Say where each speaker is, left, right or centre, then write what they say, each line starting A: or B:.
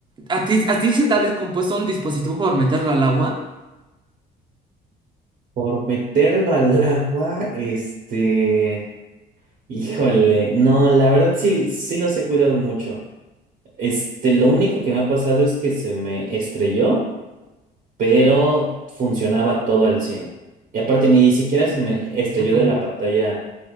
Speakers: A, on the right; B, on the right.
A: ¿a ti, a ti se te ha descompuesto un dispositivo por meterlo al agua?
B: Por meterlo al <laughs> agua, este, híjole, no, la verdad sí, sí los he cuidado mucho. Este, lo único que me ha pasado es que se me estrelló, pero funcionaba todo al cien Y aparte ni siquiera se me estrelló
A: Ujú,
B: de la pantalla